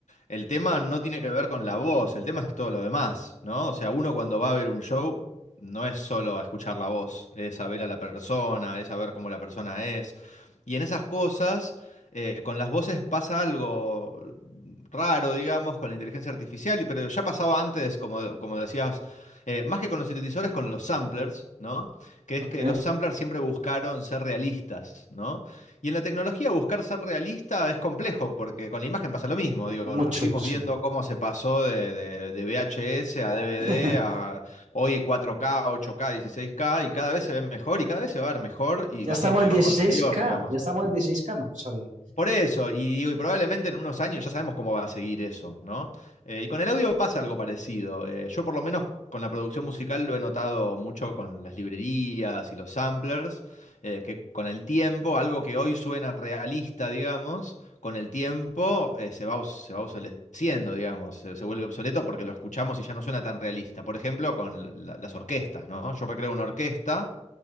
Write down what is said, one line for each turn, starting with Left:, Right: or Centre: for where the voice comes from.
Left: El tema no tiene que ver con la voz, el tema es todo lo demás, ¿no? O sea, uno cuando va a ver un show no es solo a escuchar la voz, es a ver a la persona, es a ver cómo la persona es. Y en esas cosas, eh, con las voces pasa algo raro, digamos, con la inteligencia artificial, y- pero ya pasaba antes, como, como decías, eh, más que con los sintetizadores, con los samplers, ¿no? Que es
Right: Ok,
Left: que los samplers siempre buscaron ser realistas, ¿no? Y en la tecnología buscar ser realista es complejo, porque con la imagen pasa lo mismo. Digo,
Right: mucho,
Left: fuimos
Right: sí.
Left: viendo cómo se pasó de, de- de VHS a DVD
Right: <laughs>
Left: a hoy 4K, 8K, 16K, y cada vez se ven mejor y cada vez se va a ver mejor y
Right: Ya
Left: va
Right: estamos
Left: a ser peor
Right: en 16K,
Left: lo anterior, digamos.
Right: ya estamos en 16K, no pues, sabía.
Left: Por eso, y digo, y probablemente en unos años ya sabemos cómo va a seguir eso, ¿no? Eh, y con el audio pasa algo parecido. Eh, yo por lo menos con la producción musical lo he notado mucho con las librerías y los samplers, eh, que con el tiempo, algo que hoy suena realista, digamos, con el tiempo eh, se va, obs- se va obsoleciendo, digamos, se, se vuelve obsoleto porque lo escuchamos y ya no suena tan realista. Por ejemplo, con la- las orquestas, ¿no? Yo recreo una orquesta